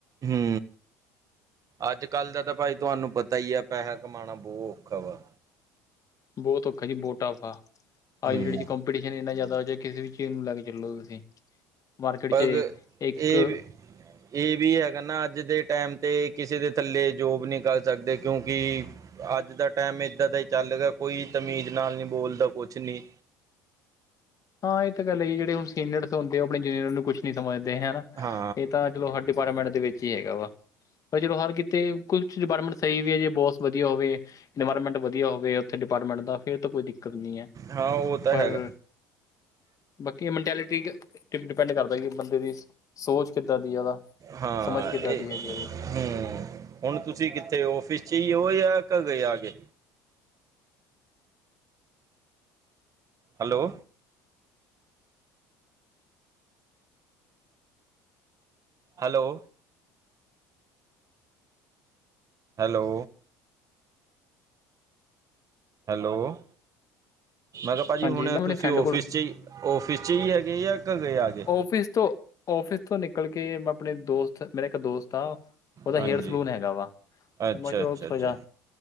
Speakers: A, on the right; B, on the left.
A: ਹੂੰ, ਅੱਜ ਕੱਲ੍ਹ ਦਾ ਤਾਂ ਭਾਈ ਤੁਹਾਨੂੰ ਪਤਾ ਹੀ ਆ ਪੈਸਾ ਕਮਾਉਣਾ ਬਹੁਤ ਔਖਾ ਵਾ
B: ਬਹੁਤ ਔਖਾ ਜੀ ਬੋਟਾਾ
A: ਹੂੰ
B: ਅੱਜ ਦੀ ਡੇਚ ਕੰਪੀਟੀਸ਼ਨ ਇੰਨਾ ਜ਼ਿਆਦਾ। ਕਿਸੇ ਵੀ ਚੀਜ਼ ਨੂੰ ਲੈ ਕੇ ਚੱਲੋ ਤੁਸੀਂ ਮਾਰਕੀਟ
A: ਪਰ
B: ਚ ਇੱਕ
A: ਇਹ ਵੀ ਇਹ ਵੀ ਹੈਗਾ ਨਾ ਅੱਜ ਦੇ ਟਾਈਮ 'ਤੇ ਕਿਸੇ ਦੇ ਥੱਲੇ ਜੋਬ ਨਹੀਂ ਕਰ ਸਕਦੇ ਕਿਉਂਕਿ ਅੱਜ ਦਾ ਟਾਈਮ ਏਦਾਂ ਦਾ ਹੀ ਚੱਲਗਾ ਕੋਈ ਤਮੀਜ਼ ਨਾਲ ਨਹੀਂੀ ਬੋਲਦਾ ਕੁਛ ਨਹੀਂ
B: ਹਾਂ ਇਹ ਤਾਂ ਗੱਲ ਹੈ ਜ ਜਿਹੜੇ ਹੁਣ ਸੀਨੀਅਰ ਹੁੰਦੇ ਉਹ ਆਪਣੇ ਜੂਨੀਅਰ ਨੂੰ ਕੁਛ ਨੀ ਸਮਝਦੇ ਹਨਾ
A: ਹਾਂ
B: ਇਹ ਤਾਂ ਚਲੋ ਹਰ ਡਿਪਾਰਟਮੈਂਟ ਦੇ ਵਿੱਚ ਹੀ ਹੈਗਾ ਵਾ ਪਰ ਚਲੋ ਹਰ ਕਿਤੇ ਕੁਛ ਡਿਪਾਰਟਮੈਂਟ ਸਹੀ ਵੀ ਹੈ ਜੇ ਬਹੁਤ ਵਧੀਆ ਹੋਵੇ ਇਨਵਾਇਰਮੈਂਟ ਵਧੀਆ ਹੋਵੇ ਉੱਥੇ ਡਿਪਾਰਟਮੈਂਟ ਦਾ ਫਿਰ ਤਾਂ ਕੋਈ ਦਿੱਕਤ ਨਹੀਂ ਹੈ
A: ਹਾਂ ਉਹ ਤਾਂ
B: ਪਰ
A: ਹੈਗਾ
B: ਬਾਕੀ ਮੈਂਟੈਲਿਟੀ ਡਿਪੈਂਡ ਕਰਦਾ ਬੰਦੇ ਦੀ। ਸੋਚ ਕਿੱਦਾਂ ਦੀ ਉਹਦਾ
A: ਹਾਂ
B: ਸਮਝ ਕਿੱਦਾਂ
A: ਇਹ
B: ਦੀ ਹੈਗੀ ਉਹਦੀ
A: ਹੂੰ, ਹੁਣ ਤੁਸੀਂ ਕਿੱਥੇ ਔਫਿਸ ਚ ਹੀ ਹੋ ਜਾਂ ਘ ਗਏ ਆ ਕੇ ਹੈਲੋ, ਹੈਲੋ, ਹੈਲੋ, ਹੈਲੋ, ਮੈਂ ਕਿਹਾ ਭਾਜੀ
B: ਹਾਂਜੀ
A: ਹੁਣ
B: ਮੈਂ ਆਪਣੇ
A: ਤੁਸੀਂ
B: ਫਰੈਂਡ
A: ਔਫਿਸ
B: ਕੋਲ
A: ਚ ਹੀ ਔਫਿਸ ਚ ਹੀ ਹੈਗੇ ਜਾਂ ਘਏ ਆ ਗਏ।
B: ਔਫਿਸ ਤੋਂ ਫਿਸ ਤੋਂ ਨਿਕਲ ਕੇ ਮੈਂ ਆਪਣੇ ਦੋਸਤ ਮੇਰਾ ਇੱਕ ਦੋਸਤ ਆ। ਉਹਦਾ
A: ਹਾਂਜੀ
B: ਹੇਅਰ ਸਲੂਨ ਹੈਗਾ
A: ਅੱਛਾ
B: ਵਾਥੋ
A: ਅੱਛਾ ਅੱਛਾ
B: ਜਾ